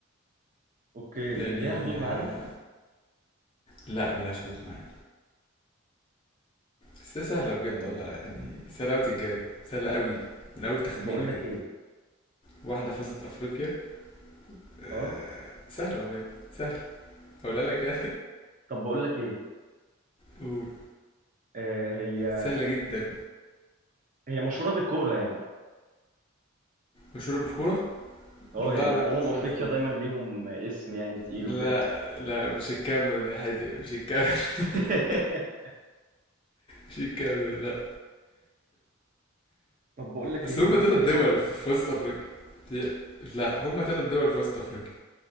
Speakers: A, on the right; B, on the left.
A: اوكي
B: يعني
A: ليها حدود
B: آه،
A: معانا
B: لا ملهاش حدود معانا بس هي سهلة
A: طب
B: بجد
A: آه،
B: والله يعني سهلة أوي تتجاب سهلة أوي من أول تخمينة
A: طب بقول
B: كده
A: لك ايه
B: واحدة فازت أفريقيا آه،
A: اه
B: سهلة بجد سهلة أقولها لك يعني
A: طب بقول لك ايه
B: <laughs> قول.
A: آه، هي
B: سهلة جدا
A: هي مشهورة بالكورة يعني
B: مشهورة بالكورة؟
A: اه
B: لا
A: يعني
B: لا
A: في
B: مش
A: امم
B: مشهورة
A: افريقيا
B: بالكورة
A: دايما ليهم اسم يعني تقيل
B: لا
A: وكده
B: لا مش الكاميرون يا حادق مش الكاميرون
A: <laughs>
B: <laughs> مش الكاميرون لا
A: طب بقول لك
B: بس
A: ايه هي
B: هما
A: تحت
B: تلات
A: ليبيا
B: دول في في وسط افريقيا هي- لا هما تلات دول في وسط افريقيا